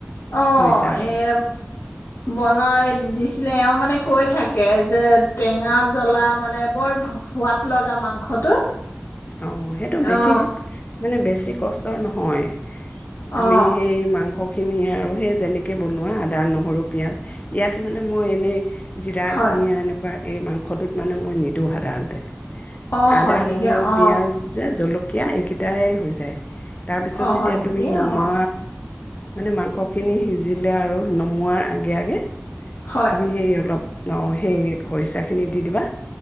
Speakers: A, on the left; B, on the left.
A: অ,
B: খৰিচা দি
A: এ বনাই দিছিলে। এওঁ মানে কৈ থাকে যে টেঙা জ্বলা মানে বৰ সোৱাদ লগা মাংসটো।
B: অ সেইটো বে
A: অ
B: মানে বেছি কষ্টৰ নহয় তুমি
A: অ
B: সেই মাংস খিনি আৰু সেই যেনেকৈ বনোৱা আদা নহৰু পিঁয়াজ ইয়াত মানে মই এনেই জিৰা
A: হয়
B: ধনিয়া এনেকুৱা এই মাংসটোত মানে মই নিদিওঁ সাধাৰণতে
A: অ
B: আদা,
A: হয় নেকি
B: নহৰু,
A: অ
B: পিঁয়াজ জলকীয়া য়া এইকেইটাই হৈ যায় তাৰপিছত
A: অ
B: যেতিয়া
A: হয় নেকি
B: তুমি নমা
A: অ
B: মানে মাংস খিনি সিজিলে আৰু নমোৱাৰ আগে আগে
A: হয়
B: তুমি সেই অলপ ন সেই খৰিচাখিনি দি দিবা